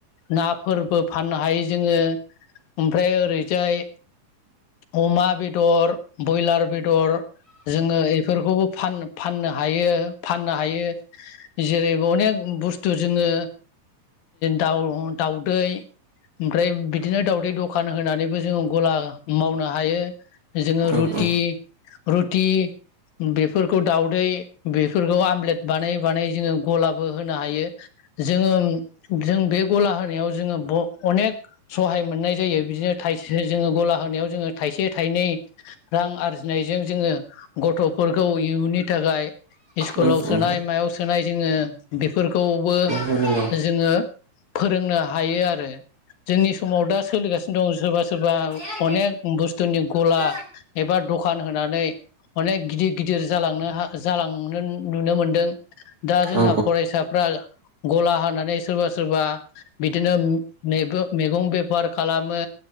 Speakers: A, on the left; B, on the right.
A: नाफोरबो फाननो हायो जोङो ओमफ्राय ओरैजाय अमा बेदर ब्रयलार बेदर जोङो बेफोरखौबो फान-फाननो हायो फाननो हायो। जेरै अनेक बुस्थु जोङो दाउ दाउदै ओमफ्राय बिदिनो दावदै दखान होनानैबो जोङो गला मावनो हायो जोङो
B: औ
A: रु
B: औ
A: टि रुटि बेफोरखौ दाउदै बेफोरखौ आमलेट बानाय बानायै जोङो गलाबो होनो हायो जोङो जों बे गला होनायाव जोङो <unintelligible> अनेक सहाय मोननाय जायो बिदिनो थाय जोङो गला होनायाव जोङो थाइसे थाइनै रां आरजिनाय जों जोङो गथ'फोरखौ इयुननि थाखाय इस्कुलाव
B: नंगौ
A: सोनाय मायाव सोनाय जोङो बेफोरखौबो
B: नंगौ नंगौ
A: जोङो फोरोंनो हायो आरो। जोंनि समाव दा सोलिगासिनो दं सोरबा सोरबा
B: औ
A: अनेक बुस्थुनि गला
B: औ
A: एबा दखा दुखान होनानै अनेक गिदिर गिदिर जालांनो जालांनो नुनो मोनदों दा जोंना
B: औ
A: फरायसाफ्रा गला हानानै सोरबा सोरबा बिदिनो मेग मैगं बेफार खालामो